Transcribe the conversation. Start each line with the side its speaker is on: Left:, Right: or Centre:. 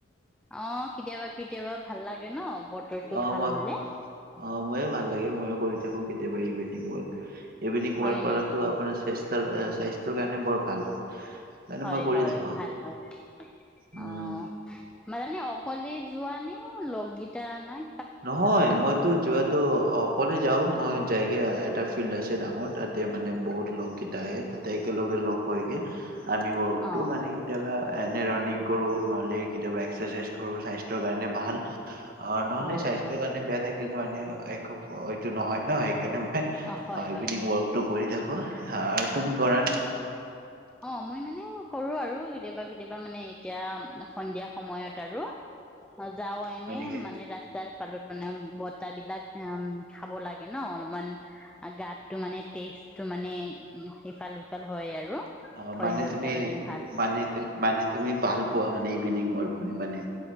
Centre: অহ। কেতিয়াবা কেতিয়াবা ভাল লাগে ন। বতৰটো
Right: অহ
Centre: ভাল
Right: মই
Centre: হলে
Right: অহ মইও ভাল লাগে। মইও কৰি থাকো কেতিয়াবা ইভিনিং ৱৰ্ক। ইভিনিং
Centre: হয়
Right: ৱাৰ্ক কৰাটো
Centre: নেকি
Right: আপোনাৰ স্বেস্থ স্বাস্থ্যৰ কাৰণে বৰ। ভাল। সেইকাৰণে
Centre: হয়
Right: মই কৰি
Centre: হয়
Right: থাকো
Centre: ভাল হয়,
Right: উম
Centre: অহ মানে অকলে যোৱা নে লগগিতা নাই
Right: নহয় মইতো যোৱাটো অ কলে যাওঁ মই যায়গে এটা ফিল্ড আছে ডাঙৰ তাতে মানে বহুত লগকিতা আহে তাতে একে লগে লগ হৈগে। আমি ৱাৰ্কটো
Centre: অ
Right: মানে
Centre: অ
Right: কেতিয়াবা এনে ৰানিং কৰো নহ'লে কেতিয়াবা এক্সাৰচাইজ কৰো স্বাস্থ্যৰ কাৰণে ভাল নহলে-
Centre: অ
Right: স্বাস্থ্যৰ কাৰণে বেয়া থাক কিছুমানে মানে অহ এক ফ এক নহয় ন সেইকাৰণে মই
Centre: অ হয় হয়
Right: ইভিনিং ৱাৰ্কটো কৰি থাকো। আৰু তুমি কৰা নে?
Centre: অ মই মানে কৰো আৰু কেতিয়াবা কেতিয়াবা মানে এতিয়া সন্ধিয়া সময়ত আৰু আৰু যাও এনে
Right: হয় নেকি?
Centre: মানে ৰাস্ত স্তাৰ ফালত মানে বতাহ বিলাক অম খাব লাগে ন অলপমান গাত সেইটো মানে টেষ্টটো মানে উ সেইফাল সিফাল হয় আৰু
Right: অ
Centre: সৰিয়হৰ
Right: মানে তুমি
Centre: কাৰণে ভাল
Right: মানে তু মানে তুমি ভাল পোৱা মানে ইভিনিং ৱাৰ্ক কৰি মানে